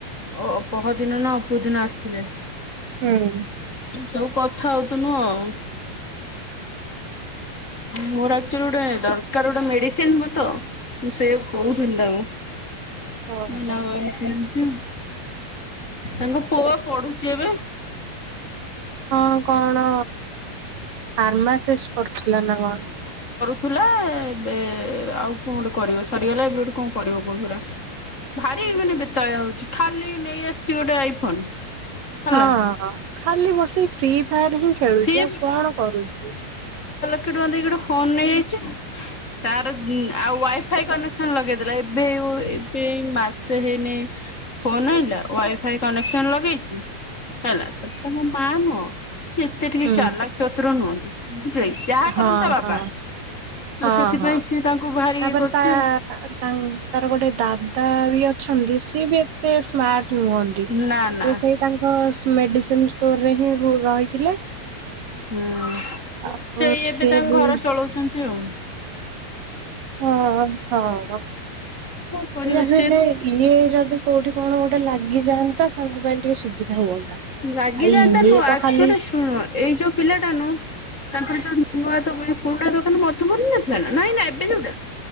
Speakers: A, on the left; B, on the right.
A: ଓ ପହଁଦିନ ନା ଅପଦିନ ଆସିଥିଲେ।
B: ହୁଁ।
A: ସବୁ କଥା ହୋଉଥୁନୁ ଆଉ। ମୋର ଆକ୍ଚୁଲି ଗୋଟେ ଦରକାର ଗୋଟେ ମେଡିସିନ ମୁଁ ତ ମୁଁ ସେଇଆକୁ କୋହୁଥିନି ତାଙ୍କୁ।
B: ଓହୋ।
A: ମୀନା <unintelligible> ତାଙ୍କ ପୁଅ ପଢୁଚି ଏବେ
B: ହଁ କଣ ଫାର୍ମାସିଷ୍ଟ କରୁଥିଲା ନା କଣ।
A: ଥୁଲା ଏବେ ଆଉ କଣ ଗୋଟେ କରିବ ସରିଗଲା ଏବେ ଗୋଟେ କଣ କରିବ କହୁଥିଲା। ଭାରି ମାନେ ବେତାଳିଆ ହୋଉଚି ଖାଲି ନେଇ ଆସିଚି ଗୋଟେ ଆଇଫୋନ। ହେଲା।
B: ହଁ ଖାଲି ବସିକି ଫ୍ରି ଫାୟାର ହିଁ ଖେଳୁଚି
A: ଫ୍ରି
B: ଆଉ କଣ କରୁଚି।
A: ଲକ୍ଷେ ଟଙ୍କା ଦେଇକି ଗୋଟେ ଫୋନ ନେଇଆଇଚି। ତାର ଉଁ ଆଉ ୱାଇଫାଇ କନେକ୍ସନ ଲଗେଇ ଦେଲା ଏବେ ଏବେ ଏଇ ମାସେ ହେନେଇନି। ଫୋନ ଆଣିଲା ୱାଇଫାଇ କନେକ୍ସନ ଲଗେଇଛି ହେଲା ତ ତାଙ୍କ ମା ନୁହଁ। ସେ ଏତେ ଟିକେ
B: ହୁଁ।
A: ଚାଲାକ୍ ଚତୁର ନୁହନ୍ତି ବୁଝିଲ କି। ଯାହା
B: ହଁ
A: କରନ୍ତି ତା ବାବା
B: ହଁ।
A: ତ
B: ହଁ
A: ସେଥିପାଇଁ
B: ହଁ
A: ସିଏ ତାଙ୍କୁ ଭାରି
B: ତାପରେ
A: ଇଏ କରୁଛି
B: ତା ତା ତାର ଗୋଟେ ଦା ଦାଦା ବି ଅଛନ୍ତି ସି ବି ଏତେ ସ୍ମାର୍ଟ ନୁହନ୍ତି ସେ
A: ନା ନା
B: ସେଇ ତାଙ୍କ ମେଡିସିନ ଷ୍ଟୋର ରେ ହିଁ ରହିଥିଲେ।
A: ହୁଁ
B: ଆଉ
A: ସେଇ ଏବେ
B: ସେ
A: ତାଙ୍କ
B: ବି
A: ଘର ଚଳଉଛନ୍ତି ଆଉ।
B: ହଁ ହଁ
A: କଣ କରିବେ
B: ଯାହାବିହେଲେ
A: ସେ
B: ଇଏ ଯଦି କୋଉଠି କଣ ଗୋଟେ ଲାଗିଯାଆନ୍ତା ତାଙ୍କ ପାଇଁ ଟିକେ ସୁବିଧା ହୁଅନ୍ତା।
A: ଲାଗିଯାଆନ୍ତା
B: ଆଉ ଇଏ
A: ନୁଁହ
B: ତ
A: ଆଚୁଆଲି
B: ଖାଲି
A: ଶୁଣ ଏଇ ଯୋଉ ପିଲା ଟା ନୁ ତାଙ୍କର ଯୋଉ ନୂଆ ତ ପୁରୁଣା ଦୋକାନ ମତବନ ନଥିଲା ନା ନାଇଁ ନା ଏବେ ଯୋଉଟା।